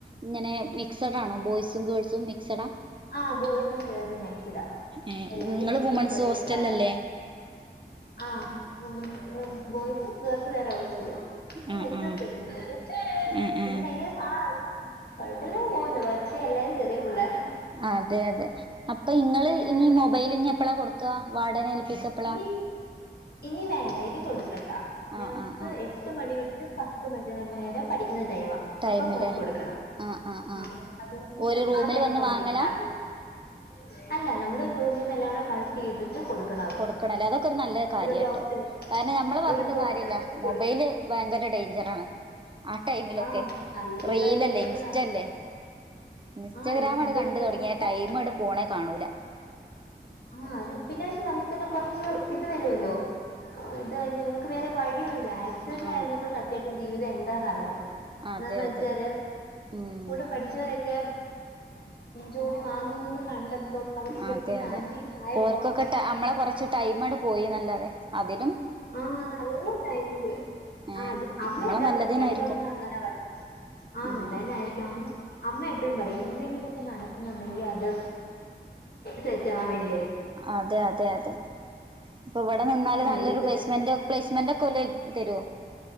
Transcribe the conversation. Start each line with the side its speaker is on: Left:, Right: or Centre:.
Right: ഇങ്ങനെ മിക്സഡാണോ? ബോയ്സും ഗേൾസും മിക്സഡാ?
Left: ആഹ ബോയ്സും, ഗേൾസും മിക്സിഡ.
Right: ഏഹ്
Left: എല്ലാരും
Right: നിങ്ങള്
Left: എന്നെക്കാളും
Right: വുമൺസ്
Left: ചെറിയ
Right: ഹോസ്റ്റലല്ലേ
Left: പിള്ളോര ആ വുമന്സും, ബോയ്സും, ഗേൾസും വേറെ വേറെ സുകൂളില് <unintelligible>
Right: ആഹ് ആഹ് ആഹ് ആഹ്
Left: കൊഴപ്പല്ലാതെ പോന്ന്, പക്ഷെ എല്ലാം ചെറിയ പുള്ളാരാ.
Right: അതെ അതെ അപ്പൊ ഇങ്ങള്
Left: ഏഹ്
Right: ഇനി മൊബൈല് ഇനി എപ്പഴാ കൊടുക്ക, വാടനെ പിക പ്പളാ?
Left: ഇനി ഇനി വേണ്ട. ഇനി കൊടുക്കണ്ട. ഞങ്ങക്ക്
Right: ആഹ് ആഹ് ആഹ്
Left: എട്ട് മണിയൊട്ട്, പത്ത് മണിരെ പഠിക്ക ടൈമാ
Right: ടൈമില്
Left: അപ്പൊ ഫോൺ കൊടുക്കണം.
Right: ആഹ് ആഹ് ആഹ്
Left: ആ അത്
Right: ഒരു റൂമിൽ വന്ന്
Left: കൈഞ്ഞിട്ട്
Right: വാങ്ങലാ
Left: <unintelligible> അല്ല നമ്മള് റൂമിന്ന് എല്ലാം കൂടെ കളക്ട് ചെയ്തിട്ട് കൊടുക്കണം അവർക്ക്
Right: കൊടുക്കണല്ലേ? അതൊക്കെ ഒരു നല്ല കാ കാര്യട്ടോ
Left: ഒരു ബോക്സില്
Right: കാരണം നമ്മള് പറഞ്ഞിട്ടും
Left: ഒരു ബോക്സ്
Right: കാര്യല്ല,
Left: ആക്കിട്ട്
Right: മൊബൈല്
Left: കൊടുക്കണം
Right: ഭയങ്കര ഡൈഞ്ചറാണ്. ആ ടൈമിലൊക്കെ
Left: ആ നല്ല
Right: റീലല്ലേ?
Left: ഡേഞ്ചർ
Right: ഇൻസ്റ്റല്ലേ?
Left: ആണ്
Right: ഇൻസ്റ്റഗ്രാ
Left: ആ ഇൻസ്റ്റയിൽ
Right: മണ്ട് കണ്ട്
Left: ഇങ്ങനെ
Right: തൊടങ്ങിയ
Left: പിന്നെ
Right: ടൈമ മണ്ട്‌ പോണേ കാണൂല.
Left: ആഹ അത് പിന്നെ. പക്ഷെ നമുക്ക്ന്നെ കൊറച്ച് ഇത് വരുമല്ലോ ഇത്ക്ക് വേറെ വ ല്ല ആക്സിഡന്റ്
Right: ആഹ്
Left: ആയിരുന്നപ്പോ സത്യായിട്ടും ജീവിതം എന്താന്നറിഞ്ഞു.
Right: അതെ
Left: എന്താന്ന് വെച്ചാല്
Right: അതെ ഉം
Left: കൂടെ പഠിച്ചവരൊക്കെ ജോലി വാങ്ങുന്നുന്ന് കണ്ടപ്പം അവർ കെട്ടി
Right: അതെ അതെ
Left: ഫാമിലീസ് ആയപ്പം
Right: ഓർകൊക്കട്ട നമ്മളെ കുറച്ച് ടൈമണ്ട് പോയി നല്ലാതെ അതി
Left: ആഹ് നല്ല ടൈമില്
Right: ഏ
Left: ആ അത. അമ്മ
Right: നമ്മളെ
Left: അതാ
Right: നല്ലതിനായിരിക്കും
Left: പറയാ എന്റെ അമ്മ അങ്ങനെ പറയാം ആഹ
Right: ഉം
Left: നല്ലതി നായിരിക്കും അമ്മ എപ്പഴും പറയും. എന്തെങ്കിലുമൊക്കെ നടക്കുന്നുണ്ടെങ്കി അത് സെറ്റാവാൻ വേണ്ടി
Right: അതെ, അതെ, അതെ ഇപ്പൊ ഇവിടെ നിന്നാല്
Left: അറിയത്തില്ല
Right: നല്ലൊരു പ്ലേസ്മെന്റ് ഒക്കെ സ്മന്റ് ഒക്കെ ഓല് തരോ?